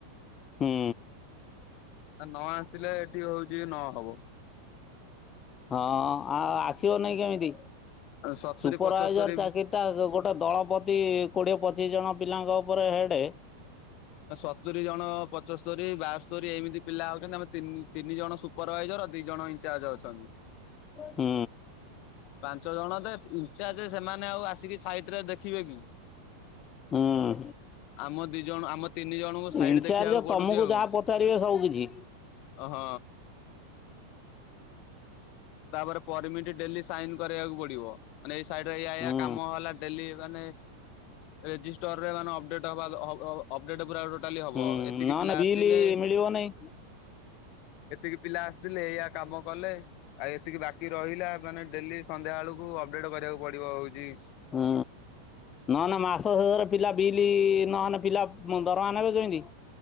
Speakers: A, on the left; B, on the left.
A: ହୁଁ
B: ଆ ନଆ ଥିଲେ ଏଠି ହଉଛି ନହବ।
A: ହଁ ଆଉ ଆସିବ ନାଇଁ କେମିତି
B: ସତୁରି
A: ସୁପରଭାଇଜର
B: ପଚସ୍ତରୀ
A: ଚାକିରି ଟା ଗୋଟେ ଦଳ ପତି କୋଡ଼ିଏ ପଚିଶ ଜଣ ପିଲାଙ୍କ ଉପରେ ହେଡ଼େ।
B: ସତୁରୀ ଜଣ ପଚୋସ୍ତରୀ ବାସ୍ତରୀ ଏମିତି ପିଲା ଆଉ ଚନ୍ତି ଆମେ ତିନି ତିନି ଜଣ ସୁପ ସୁପର ଭାଇଜର ଦି ଜଣ ଇନଚାର୍ଜ ଅଛନ୍ତି।
A: ହୁଁ।
B: ପାଞ୍ଚ ଜଣ ଯେ ଇନଚାର୍ଜ ସେମାନେ ଆଉ ଆସିକି ସାଇଟରେ ଦେଖିବେ କି?
A: ହୁଁ
B: ଆମ ଦି ଜଣ ଆମ ତିନି ଜଣଙ୍କୁ ସାଇଡ
A: ଇନଚାର୍ଜ
B: ଦେଖିବାକୁ ପଡୁଚି
A: ତମକୁ
B: ଆଉ।
A: ଯାହା ପଚାରିବେ ସବୁ କିଛି
B: ଅ ହ। ତାପରେ ପରମିଟି ଡେଲି ସାଇନ୍ କରେଇଆକୁ ପଡି଼ବ ମାନେ ଏ ସାଇଡ୍ ରେ ଏୟା ଏୟା
A: ହୁଁ
B: କାମ ହେଲା। ଡେଲି ମାନେ ରେଜିଷ୍ଟର୍ରେ ମାନେ ଅପଡେଟ୍ ହବା ହବ୍ ହବ୍ ଅପଡେଟ୍ ପୁରା ଟୋଟାଲି ହବ
A: ହୁଁ
B: ଏତିକି
A: ନହେଲେ
B: ପିଲା
A: ବିଲ୍
B: ଆସଥିଲେ।
A: ମିଳିବ ନାଇଁ
B: ଏତିକି ପିଲା ଆସଥିଲେ ଏଇୟା କାମ କଲେ। ଆ ଏତିକି ବାକି ରଇଲା ମାନେ ଡେଲି ସନ୍ଧ୍ୟା ବେଳକୁ ଅପଡେଟ୍ କରିଆକୁ ପଡ଼ିବ ଉଦି
A: ହୁଁ। ନଏନେ ମାସ ଶେଷରେ ପିଲା ବିଲି ନହେନେ ପିଲା ମ ଦରମା ନେବେ କେମିତି?